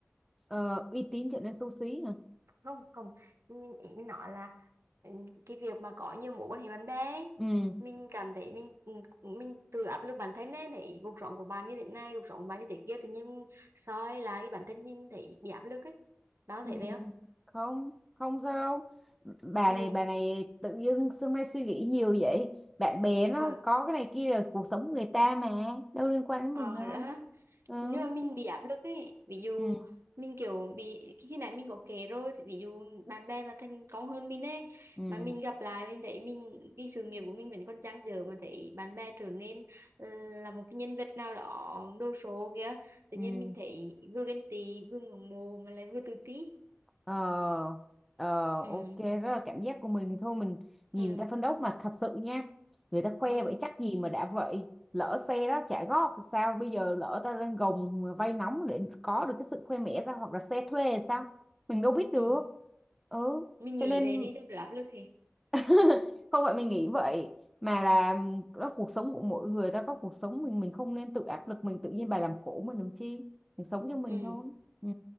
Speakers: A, in the centre; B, on the right.
A: ờ, uy tín trở nên xấu xí hả
B: không không mình, ý mình nói là ừ, cái việc mà có nhiều mối quan hệ bạn bè ấy,
A: ừ.
B: mình cảm thấy mình ừ, mình tự áp lực bản thân ấy thấy cuộc sống của bạn như thế này cuộc sống của bạn như thế kia tự nhiên soi lại bản thân mình thấy bị áp lực ấy bạn có
A: ừ
B: thấy vậy không
A: không không sao đâu bà
B: ừ.
A: này bà này tự dưng xưa nay suy nghĩ nhiều vậy bạn bè nó
B: Rồi
A: có cái này kia là cuộc sống của người ta mà đâu liên quan đến
B: ờ
A: mình đâu
B: đó
A: ừ
B: nhưng mà mình bị áp lực ấy ví dụ
A: ừ
B: mình kiểu bị khi khi nãy mình có kể rồi thì ví dụ bạn bè mà thành công hơn mình ấy
A: ừ,
B: mà mình gặp lại mình thấy mình cái sự nghiệp của mình vẫn còn dang dở mà thấy bạn bè trở nên ờ, là một cái nhân vật nào đó đồ sộ kìa tự
A: ừ.
B: nhiên mình thấy vừa ghen tị vừa ngưỡng mộ mà lại vừa tự ti
A: ờ ờ,
B: ừ
A: ok rất là cảm giác của mình thì thôi mình nhìn
B: ừ
A: người ta phân đấu mà thật sự nha người ta khoe
B: ừ
A: vậy chắc gì mà đã vậy lỡ xe đó trả góp thì sao bây giờ lỡ ta đang gồng vay nóng để có được cái sự khoe mẽ ra hoặc là xe thuê thì sao mình đâu biết được
B: ừ
A: ừ
B: mình
A: cho
B: nghĩ
A: nên
B: về đi cho đỡ áp lực thì
A: <laughs> không phải mình nghĩ vậy mà là đó cuộc sống của mỗi người ta có cuộc sống mình mình không nên tự áp lực mình tự nhiên bà làm khổ mình làm chi mình sống cho mình
B: ừ
A: thôi ừ